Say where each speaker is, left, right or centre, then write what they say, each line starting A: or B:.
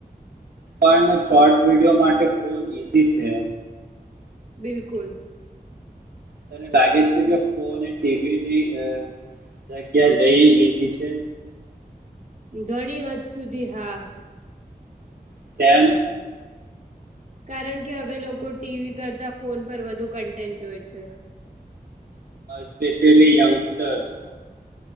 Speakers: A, on the right (about 70°); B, on the right (about 45°).
A: પણ શોર્ટ <unintelligible> માટે <unintelligible> ઈઝી છે.
B: બિલકુલ.
A: તને લાગે છે, કે ફોન ટીવીની જગ્યા લઈ લીધી છે.
B: ઘણી હદ સુધી હા
A: <unintelligible>
B: કારણ કે હવે લોકો ટીવી કરતા ફોન પર વધુ કન્ટેન્ટ જોય છે.
A: સ્પેેશયલી યંગસ્ટર્સ